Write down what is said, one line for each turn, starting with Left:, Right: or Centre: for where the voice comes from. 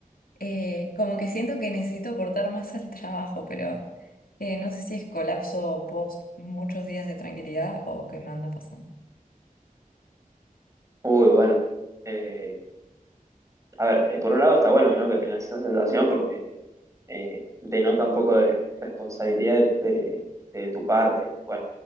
Left: Eh, como que siento que necesito aportar más al trabajo, pero eh, no sé si es colapso post muchos días de tranquilidad o qué me anda pasando.
Right: Uy, bueno. eh, a ver, eh, por un lado está bueno, ¿no? Que tengas esa sensación porque eh, denota un poco de responsabilidad de, de tu parte. Bueno,